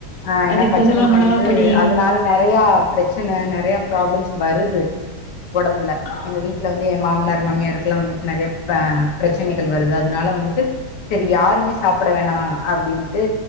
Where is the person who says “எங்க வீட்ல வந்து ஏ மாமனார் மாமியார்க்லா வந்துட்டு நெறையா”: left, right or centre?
Left